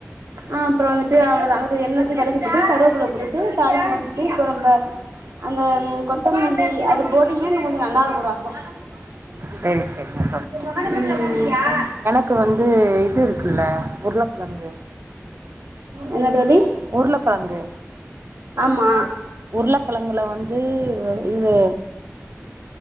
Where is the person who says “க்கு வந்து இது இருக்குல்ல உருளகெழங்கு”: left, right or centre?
Right